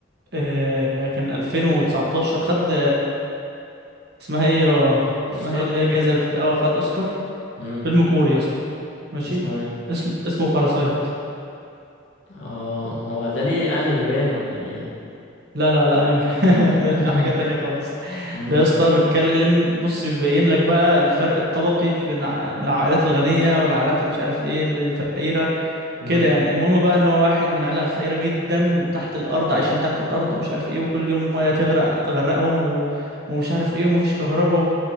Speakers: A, on the right; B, on the left.
A: آه كان 2019 خد اسمها ايه يا
B: اوسكار
A: اسمها ايه اللي هي الجايزه اللي بتت- اه خد اوسكار
B: امم
A: فيلم كوري يا اسطى ماشي
B: اسمه ايه
A: اسم اسمه باراسايت
B: اه هو ده ليه انمي باين ولا ايه
A: لا لا لا انا
B: <laughs>
A: من <laughs> ده حاجة تانية خالص
B: امم
A: ده يا اسطى بيتكلم بص بيبين لك بقى الفرق الطبقي بين ع- العائلات الغنية والعائلات اللي مش عارف ايه الفقيرة
B: امم
A: كده يعني المهم بقى ان هو واحد من عائلة فقيرة جدا وتحت الارض عايشين تحت الارض ومش عارف ايه وكل يوم ميه تغرق تغرقهم و... ومش عارف ايه ومفيش كهرباء و...